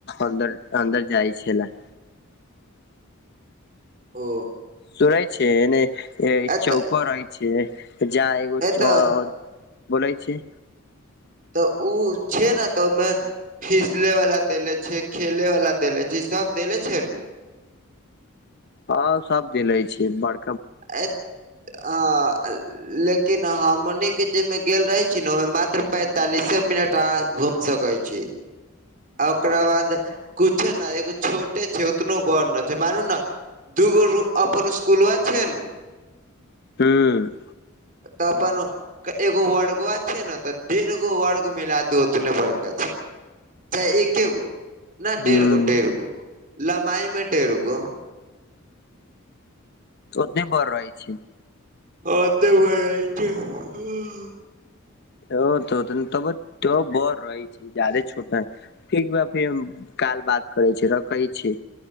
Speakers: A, on the left; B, on the right.
A: अन्दर अन्दर जाइ छै लै।
B: ओ
A: सुनै छै एने
B: एतऽ
A: चौप रहै छै जहां एगो
B: एतऽ
A: चौ बोलै छी?
B: तऽ ओ छै ने तऽ‌ मे फीसले वाला देले छै, खेले वाला देले छै, सब देले छै नु
A: हँ सब दिले छी बड़
B: एत आ लेकिन हमनी के जेहिमे गेल रहे छी ने ओहिमे मात्र पैंतालिसे मिनट तऽ क घूम सकै छी। आ ओकरा बाद कुछो ने एगो छोटे छै उतनो बड़ न छै मानू ने दूगो रू अपन स्कूल व छै नु
A: हँ
B: तपन ओ एगो वर्गो छै ने तऽ डेढ़ गो वर्ग मिला दू उतने वर्ग का छै। चाहे एके गो न
A: ह्म
B: डेढ़ गो डेढ़ गो ल्वाई मे डेढ़ गो
A: ओनी बर रहै छै।
B: अ तऽ बर रहे छै ओ
A: ओ तऽ त तब त बर रहै छै ज्यादे छोटा ठीक ब फेर हम काल बात करे छी रखै छी।